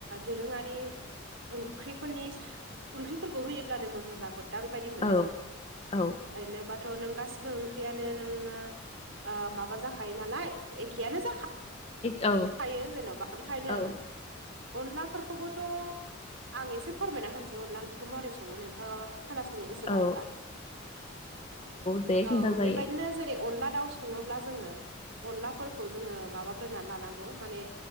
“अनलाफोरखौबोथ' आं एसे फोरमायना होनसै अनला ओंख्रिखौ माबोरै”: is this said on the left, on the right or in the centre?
Right